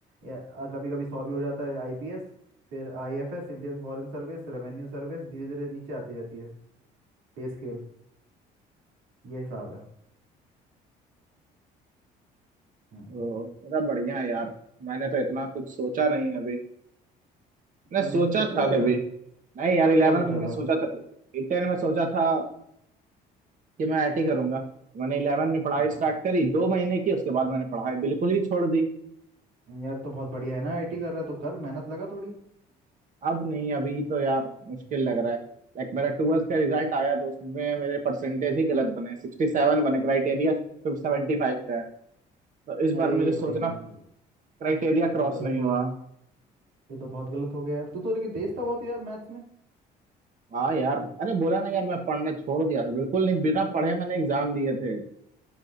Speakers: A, on the right; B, on the right.
A: या कभी कभी सौ भी हो जाता है आईपीएस फिर IFS Indian foreign service revenue service धीरे धीरे नीचे आती रहती है पे स्केल ये हिसाब है हम्म
B: ओ तेरा बढ़िया है यार मैंने तो इतना कुछ सोचा नहीं अभी मैंने
A: तूने
B: सोचा
A: फिर कुछ नहीं
B: था
A: सोचा
B: कभी नहीं यार इलेवन
A: क्या सोचा
B: में मैंने
A: था
B: सोचा था 10 में सोचा था कि मैं आईटी करूंगा मैंने इलेवन में पढ़ाई
A: अच्छा
B: स्टार्ट करी दो महीने की उसके बाद
A: अरे,
B: मैंने पढ़ाई बिल्कुल ही छोड़ दी
A: यार तो बहुत बढ़िया है ना आईटी कर रहा है तो कर मेहनत लगा थोड़ी
B: अब नहीं अभी तो यार मुश्किल लग रहा है लाइक मेरा ट्वेल्थ का रिजल्ट आया तो उसमें मेरे परसेंटेज ही गलत बने 67 बने क्राइटेरिया सिर्फ 75 का है तो इस
A: अरे
B: बार मुझे सोचना
A: भाई
B: क्राइटेरिया
A: ये
B: क्रॉस
A: तो गलत
B: नहीं
A: हो
B: हुआ
A: गया ये तो बहुत गलत हो गया यार तू तो लेकिन तेज था बहुत यार मैथ्स में
B: हाँ यार अरे बोला ना यार मैं पढ़ना छोड़ दिया था बिल्कुल नहीं बिना पढ़े मैंने एग्जाम दिए थे